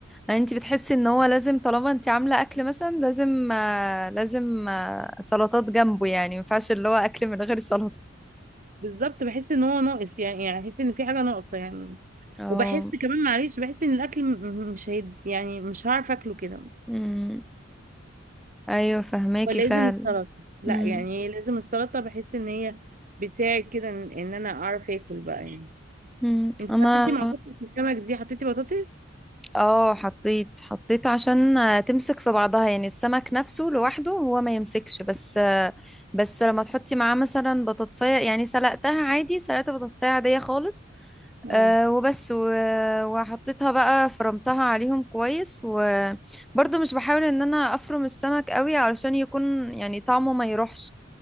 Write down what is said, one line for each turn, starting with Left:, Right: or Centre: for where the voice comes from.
Centre: انت بتحسي ان هو لازم طالما انت عاملة اكل مثلا لازم آه، لازم آه، سلطات جنبه يعني ما ينفعش اللي هو اكل من غير سلطة
Right: بالظبط بحس ان هو ناقص يعني يعني بحس ان في حاجة ناقصة يعني
Centre: اه
Right: وبحس كمان معلش بحس ان الاكل م- م- مش هيد يعني مش هعرف اكله كده
Centre: أمم. ايوه فهماكي
Right: ولازم
Centre: فعلا
Right: السلطة لا
Centre: أمم.
Right: يعني إيه لازم السلطة بحس ان هي بتساعد كده ان إن انا اعرف اكل بقى يعني
Centre: أمم.
Right: انت
Centre: انا
Right: حطيتي مع كفتة السمك دي حطيتي بطاطس
Centre: اه حطيت حطيت عشان آه، تمسك في بعضها يعني السمك نفسه لوحده هو ما يمسكش بس آه، بس لما تحطي معاه مثلا بطاطساية يعني سلقتها عادي سلقت بطاطساية عادية خالص
Right: اه
Centre: أه وبس و... وحطيتها بقى فرمتها عليهم كويس وبرضه مش بحاول ان انا افرم السمك قوي علشان يكون يعني طعمه ما يروحش